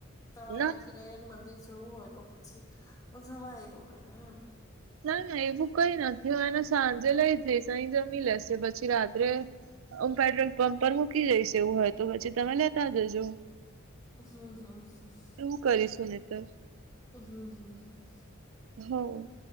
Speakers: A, on the left; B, on the right.
A: તમારે
B: ના
A: અહીથી ડાયરેક્ટ મંદિર જવું હોય તો પછી હું જમાડી દઉં એને એમ
B: ના ના એવું કઈ નથી. એને સાંજે લઈ જઈશ અહીં જમી લેશે પછી રાત્રે હું પેટ્રોલ પંપ પર મૂકી જઈશ એવું હોય તો, પછી તમે લેતા જજો.
A: હમ હમ હ
B: એવું કરીશું ને તો
A: હમ હમ હમ
B: હમ્મ